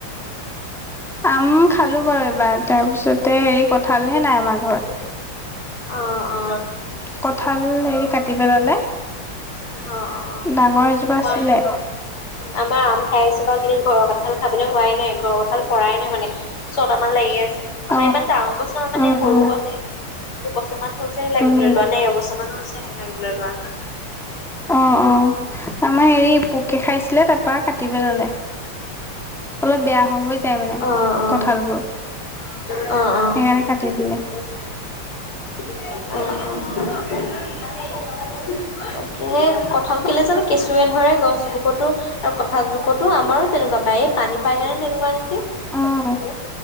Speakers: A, in the centre; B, on the left.
A: আম খালো বাৰু এইবাৰ তাৰপিছতে হেৰি কথা হাল হে নাই আমাৰ ঘৰত।
B: অ অ
A: কঠাল হেৰি কাটি পেলালে।
B: অ অ
A: ডাঙৰ এজোপা
B: হয়।
A: আছিলে
B: আমাৰ আম খাই আছো বাৰু কিন্তু ঘৰৰ কঁঠাল খাবলে হোৱাই নাই ঘৰৰ কঁঠাল পৰাই নাই মানে। ছটামান লাগি আছে আমাৰ
A: অ',
B: ইমান ডাঙৰ গছ নহয় মানে
A: উম,
B: সৰু
A: উম,
B: গছ এ। দুবছৰমান হৈছেহে লাগিবলে
A: উম।
B: লোৱা নে এবছৰমান হৈছেহে লাগিবলে লোৱা।
A: অ', অ', আমাৰ হেৰি পোকে খাইছিলে তাৰপা কাটি পেলালে অলপ বেয়া হৈ যায়। মানে
B: অ', অ',
A: কঠালবোৰ সেইকাৰণে
B: অ',
A: কাটি দিলে।
B: আহ অ
A: <unintelligible>
B: হে কঁঠাল কেলে জানো কেঁচুৱে ধৰে গছবকতো। আৰু কঠাল বকতো আমাৰো তেনেকুৱা পায় এই পানী পায় কেনে তেনেকুৱা নেকি।
A: অ',